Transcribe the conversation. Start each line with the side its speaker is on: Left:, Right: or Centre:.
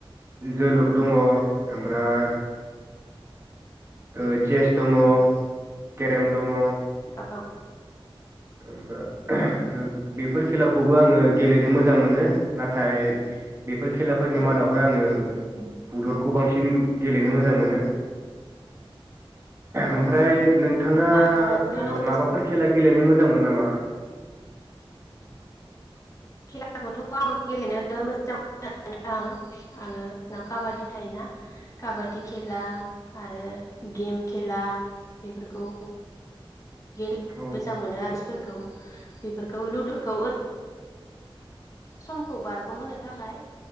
Right: जोलुर दङ ओमफ्राय ओ चेस दङ केरेम दङ
Left: औ
Right: ओमबा हो <inaudible> बेफोर खेलाखौबो आङो गेलेनो मोजां मोनो नाथाय बेफोर खेलाफोरनि
Left: औ
Right: मादावहाय आङो बुलुरखौ बांसिन गेलेनो मोजां मोनो
Left: औ
Right: ओमफ्राय
Left: औ
Right: नोंथाङा
Left: होनबा आं नोंथांनाव
Right: ओ माबाफोर खेला गेलेनो मोजां मो नामा
Left: खेलाखौथ' आं गेलेनो मोजां मोनो आङो काबादि थायोना काबादि खेला आरो गेम खेला बेफोरखौ गेलेनो
Right: औ
Left: मोजां मोनो आरोफोरखौ बेफोरखौ लुदुरखौ समखौ बारग'होनो थाखाय